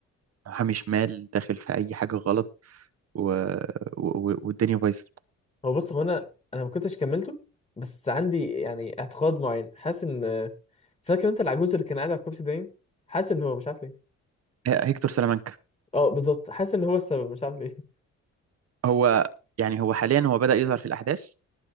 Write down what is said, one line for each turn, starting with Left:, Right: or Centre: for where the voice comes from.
Right: محامي شمال داخل في اي حاجه غلط و... و... والدنيا بايظه
Left: هو بص هو أنا أنا ما كنتش كملته بس عندي يعني اعتقاد معين حاسس إن فاكر أنت العجوز اللي كان قاعد على الكرسي دايم حاسس إن هو مش عارف ليه
Right: هيكتور سلامانكا
Left: أه بالظبط حاسس إن هو السبب مش عارف ليه
Right: هو يعني هو حاليا هو بدأ يظهر في الأحداث